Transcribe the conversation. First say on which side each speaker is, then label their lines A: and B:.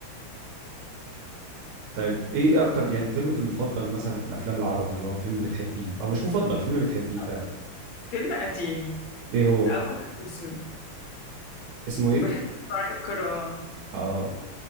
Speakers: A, on the right (about 75°); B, on the left (about 70°).
A: طيب ايه اكتر يعني فيلمك المفضل مثلا في الافلام العربي اللي هو فيلم بتحبيه او مش مفضل فيلم بتحبيه
B: <laughs>
A: فعلا
B: فيلم قديم
A: ايه هو
B: أبيض وأسود
A: اسمه ايه
B: بحب دعاء الكروان
A: اه